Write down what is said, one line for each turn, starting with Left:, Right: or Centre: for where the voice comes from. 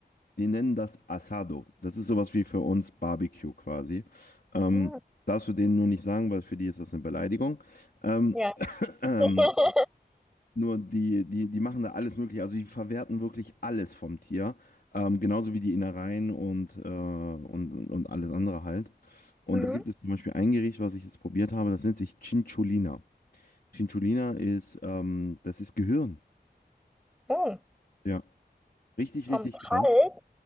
Left: die nennen das Asado. Das ist sowas wie für uns Barbecue quasi. Ähm,
Centre: Mhm,
Left: darfst du denen nur nicht sagen, weil für die ist das eine Beleidigung. Ähm,
Centre: Ja.
Left: <clears throat> ähm,
Centre: <laughs>
Left: Nur die, die, die machen da alles Mögliche. Also die verwerten wirklich alles vom Tier. Ähm, genauso wie die Innereien und, äh, und, und alles andere halt. Und
Centre: mhm.
Left: da gibt es zum Beispiel ein Gericht, was ich jetzt probiert habe, das nennt sich Cinciolina. Cinciolina ist, ähm, das ist Gehirn.
Centre: Oh,
Left: Ja, richtig,
Centre: vom
Left: richtig
Centre: Kalt
Left: krass.